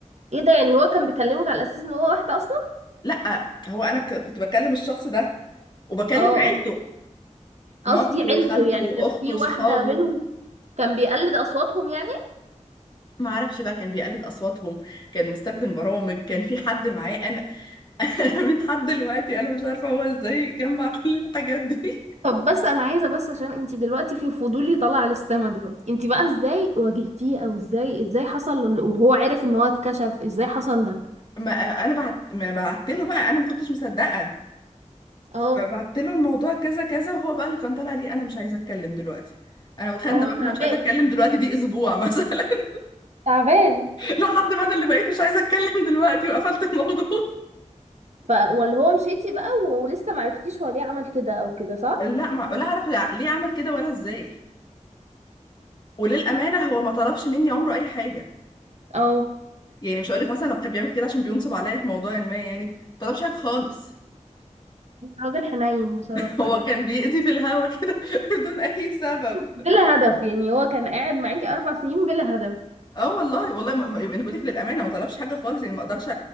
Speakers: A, on the right; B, on the left.
A: ايه ده يعني هو كان بيكلمك على اساس ان هو واحده اصلا
B: لا هو انا ك... كنت بكلم الشخص ده وبكلم
A: اه اه
B: عيلته مامته
A: قصدي عيلته
B: خالته
A: يعني كان
B: اخته
A: في واحده
B: صحابه
A: منهم كان بيقلد اصواتهم يعني
B: ما اعرفش بقى كان بيقلد اصواتهم كان مستخدم برامج كان في حد معاه انا <laughs> من لحد دلوقتي انا مش عارفه هو ازاي جمع كل الحاجات دي
A: طب بس انا عايزه بس عشان انت دلوقتي في فضولي طالع على السما دلوقتي انت بقى ازاي واجهتيه او ازاي ازاي حصل ل- وهو عرف ان هو اتكشف ازاي حصل ده
B: ما انا بعت ما بعت له بقى انا ما كنتش مصدقه
A: اه
B: فبعت له الموضوع كذا كذا وهو بقى اللي كان طالع لي انا مش عايزه اتكلم دلوقتي انا وخدنا
A: اه
B: بقى انا
A: تعبان
B: مش عايزه اتكلم دلوقتي دي اسبوع مثلا <laughs>
A: تعبان
B: لحد ما انا اللي بقيت مش عايزه اتكلم دلوقتي وقفلت الموضوع
A: ف ولا هو مشيتي بقى ولسه معرفتيش هو ليه عمل كده او كده
B: <laughs>
A: صح
B: لا ما ولا اعرف يع- ليه عمل كده ولا ازاي وللامانه هو ما طلبش مني عمره اي حاجه
A: اه
B: يعني مش هقول لك مثلا هو كان بيعمل كده عشان بينصب عليا في موضوع ما يعني ما طلبش حاجه خالص
A: راجل حنين بصراحه
B: <laughs> هو
A: يعني
B: كان بيأذي في الهوا كده <laughs> بدون اي سبب
A: بلا هدف يعني هو كان قاعد معاكي اربع سنين بلا هدف
B: اه والله والله ما... ما- انا بقول لك للامانه ما طلبش حاجه خالص يعني ما اقدرش